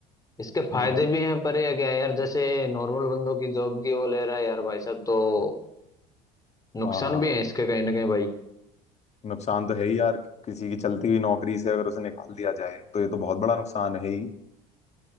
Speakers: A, on the left; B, on the left.
A: इसके
B: हम्म
A: फायदे
B: हम्म।
A: भी हैं पर ये क्या है यार जैसे नॉर्मल बंदों की जॉब की वो ले रहा है यार भाई साहब तो नुकसान
B: हाँ
A: भी है इसके कहीं ना कहीं भाई
B: नुकसान तो है ही यार किसी की चलती हुई नौकरी से अगर उसे निकाल दिया जाए तो ये तो बहुत बड़ा नुकसान है ही